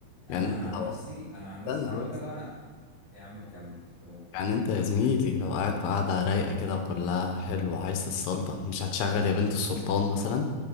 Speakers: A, on the right; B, on the left.
A: انا
B: يعني انت
A: انا
B: لو
A: عن نفسي انا عن
B: استنى
A: نفسي من هقول
B: بس
A: لك أهو انا يا عم كمل أهو.
B: يعني انت يا زميلي لو قاعد في قعدة رايقة كده وكلها حلو وعايز تتسلطن مش هتشغل يا بنت السلطان مثلا